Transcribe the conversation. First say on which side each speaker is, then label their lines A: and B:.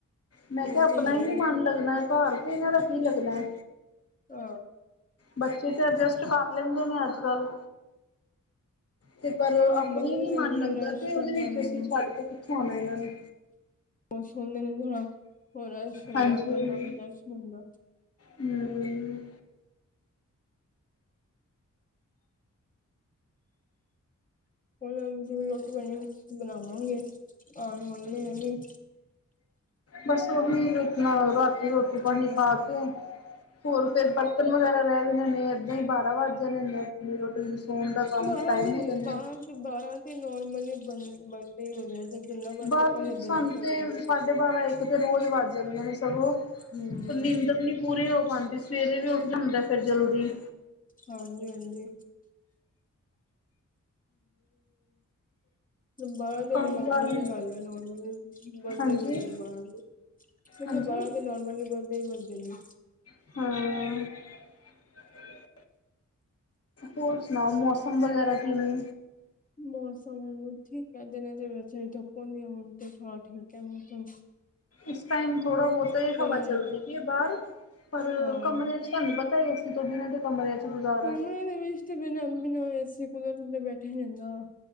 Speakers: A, on the left; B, on the left.
A: ਮੈ ਕਿਆ
B: ਉਹ
A: ਆਪਣਾ
B: ਤੇ ਹੈ
A: ਹੀ ਨੀ ਮਨ
B: ਹੈ
A: ਲੱਗਣਾ ਘਾਰ ਤੇ ਇਹਨਾਂ ਦਾ ਕੀ ਲੱਗਣਾ।
B: ਆ
A: ਬੱਚੇ ਤੇ ਅਜੈਸਟ ਕਰ ਲੈਂਦੇ ਨੇ ਅਜ ਕਲ ਤੇ ਪਰ
B: ਹਾਂ
A: ਆਪਣਾ
B: ਮਜ਼ੇ
A: ਹੀ ਨੀ ਮਨ
B: ਅੱਜ-ਕੱਲ
A: ਲੱਗਦਾ
B: ਰਸ਼
A: ਤੇ
B: ਕਰ
A: ਉਹਦੇ ਵਿਚ
B: ਲੈਣੇ
A: ਅਸੀ ਛੱਡ ਕੇ ਕਿਥੇ ਆਉਣਾ ਇਹਨਾਂ ਨੂੰ
B: <inaudible>
A: ਹਾਂਜੀ ਹੂੰ
B: ਹੂੰ ਜਿਵੇਂ ਰੋਟੀ ਬਣੀ ਬਣਾਵਾਂਗੇ ਆਣ ਵਾਲੇ ਨੇ ਇ ਵੀ
A: ਬਸ ਉਹੀ ਆਪਨਾ ਰਾਤੀ ਰੋਟੀ ਪਾਣੀ
B: ਹੂੰ
A: ਖਾ ਕੇ ਹੋਰ ਫਿਰ ਬਰਤਨ ਵਗੈਰਾ ਰਹਿ ਜਾਣੇ ਨੇ ਏਦਾਂ ਹੀ ਬਾਰਾਂ ਵੱਜ ਜਾਣੇ ਨੇ। ਰੋਟੀ ਸੌਣ ਦਾ ਕੰਮ
B: ਬਾਰਾਂ
A: ਟਾਈਮ
B: ਦੀ
A: ਹੋ ਜਾਣਾ।
B: ਬਾਰਾਂ ਬਾਰਾਂ ਤੇ ਨੋਰਮਲੀ ਵਜ ਵਜਦੇ ਹੀ ਹੁੰਦੇ ਆ ਤੇ ਜਿੰਨਾ ਮਰਜ਼ੀ
A: ਬਸ
B: ਆਪਾਂ ਜਲਦੀ
A: ਸਾਨੂੰ
B: ਜਲਦੀ ਕਰ
A: ਤੇ
B: ਲਈਏ
A: ਸਾਢੇ ਬਾਰਾਂ ਇੱਕ ਤੇ ਰੋਜ਼ ਵੱਜ ਜਾਂਦੇ ਨੇ ਸਗੋਂ
B: ਹੂੰ
A: ਨੀਂਦਰ ਨੀ ਪੂਰੀ ਹੋ ਪਾਂਦੀ ਸਵੇਰੇ ਵੀ ਉਠ ਜਾਂਦਾ ਫਿਰ ਜਲਦੀ
B: ਹਾਂਜੀ-ਹਾਂਜੀ ਬਾਰਾਂ ਦੇ
A: ਕੰਮ
B: ਨੋਰਮਲੀ
A: ਕਾਰ ਵੀ
B: ਹੀ ਗੱਲ ਹੈ ਨੋਰਮਲੀ ਵਜਦੇ
A: ਹਾਂਜੀ
B: ਏ ਵਜਦੇ ਬਾਰਾਂ ਤੇ ਕਿ
A: ਹਾਂਜੀ
B: ਬਾਰਾਂ ਤੇ ਨੋਰਮਲੀ ਵਜਦੇ ਈ ਵਜਦੇ ਨੇ।
A: ਹਾਂ ਹੋਰ ਸੁਣਾਓ ਮੌਸਮ ਵਗੈਰਾ ਕਿਵੇ
B: ਮੌਸਮ ਠਿਕ ਹੈ ਦਿਨੇ ਦੇ ਵਿੱਚ ਧੁੱਪ ਹੁੰਦੀ ਹੈ ਉਵੇਂ ਥੋੜ੍ਹਾ ਠਿਕ ਹੈ ਮੋਸਮ
A: ਇਸ ਟਾਈਮ ਥੋੜਾ ਬੋਤ ਹਵਾ ਚੱਲਦੀ
B: ਹੈ
A: ਪਈ ਹੈ ਬਾਰ ਪਰ
B: ਹਾਂ
A: ਕਮਰੇ 'ਚ ਤੁਹਾਨੂੰ ਪਤਾ ਏ। ਤੇ ਤੁਹਾਡੇ ਨਾਲ ਤੇ ਕਮਰਿਆਂ 'ਚ ਵਜਾ
B: ਕਮਰੇਆ ਦੇ ਵਿਚ ਤੇ ਬਿਨਾ ਏ ਸੀ ਕੂਲਰ ਬੈਠਾ ਹੀ ਨਹੀ ਜਾਦਾ